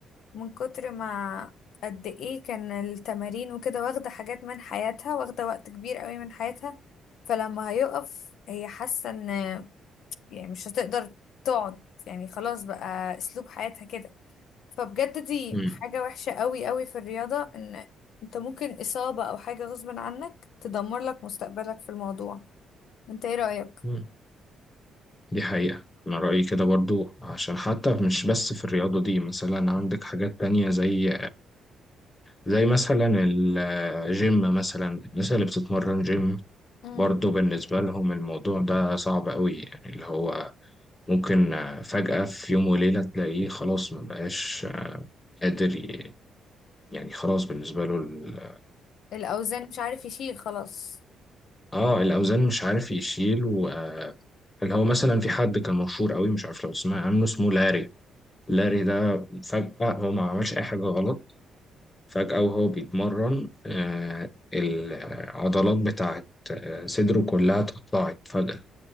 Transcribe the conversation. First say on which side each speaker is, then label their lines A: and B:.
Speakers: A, on the left (about 75°); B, on the left (about 25°).
A: من كتر ما قد ايه كان التمارين وكده واخدة حاجات من حياتها واخدة وقت كبير قوي من حياتها فلما هيقف هي حاسة ان يعني مش هتقدر تقعد يعني خلاص بقى اسلوب حياتها كده فبجد دي
B: مم.
A: حاجة وحشة قوي قوي في الرياضة ان انت ممكن اصابة او حاجة غصب عنك تدمر لك مستقبلك في الموضوع انت ايه رأيك
B: مم. دي حقيقة أنا رأيي كده برضو عشان حتى مش بس في الرياضة دي مثلا عندك حاجات تانية زي زي مثلا الجيم مثلا الناس اللي بتتمرن جيم
A: امم
B: برضه بالنسبة لهم الموضوع ده صعب قوي يعني اللي هو ممكن آه، فجأة في يوم وليلة تلاقيه خلاص مبقاش قادر ي- يعني خلاص بالنسبة له ال-
A: الاوزان مش عارف يشيل خلاص
B: اه الأوزان مش عارف يشيل و آه، اللي هو مثلا في حد كان مشهور قوي مش عارف لو تسمع عنه اسمه لاري لاري ده فجأة هو ما عملش أي حاجة غلط فجأة وهو بيتمرن آه، العضلات بتاعت آه، صدره كلها تقطعت فجأة